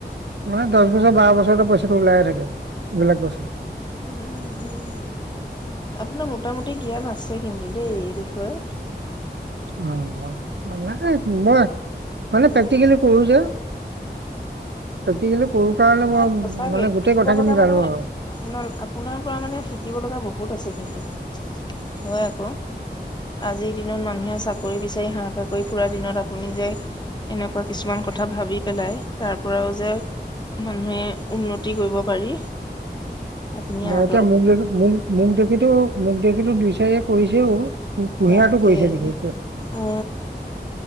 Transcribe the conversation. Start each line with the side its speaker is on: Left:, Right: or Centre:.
Right: মানে দহ বছৰ, বাৰ বছৰ পইচাটো ওলাইয়ে থাকে এইবিলাক বস্তু
Left: উম, উম, উম আপোনাৰ মোটা মুটি জ্ঞান আছে কিন্তু দেই, এই বিষয়ত।
Right: অ। নাই মই মানে
Left: উম
Right: প্ৰেক্টিকেলি ই কৰো যে প্ৰেক্টিকেলি কৰো। কাৰণে
Left: মই সঁচাকে
Right: মানে গোটেই
Left: শিকিব
Right: কথাখিনি
Left: লগা
Right: জানো
Left: মানে
Right: আৰু
Left: আপোনাৰ, আপোনাৰ পৰা মানে শিকিব লগা বহুত আছে। কিন্তু, হয় আকৌ আজিৰ দিনত মানুহে চাকৰি বিচাৰি হাহাকাৰ কৰি ফুুৰা দিনত আপুনি যে এনেকুৱা কিছুমান কথা ভাবি পেলাই তাৰ পৰাও যে মানুহে উন্নতি কৰিব পাৰি। আপুনি
Right: <unintelligible>
Left: আদৰ
Right: মোক যদি মো মোক যদি সেইটো মোক দেখিটো দুই চাৰিয়ে কৰিছেও। কু- কুঁহিয়াৰটো
Left: তাকে
Right: কৰিছে বিশেষকে
Left: অ।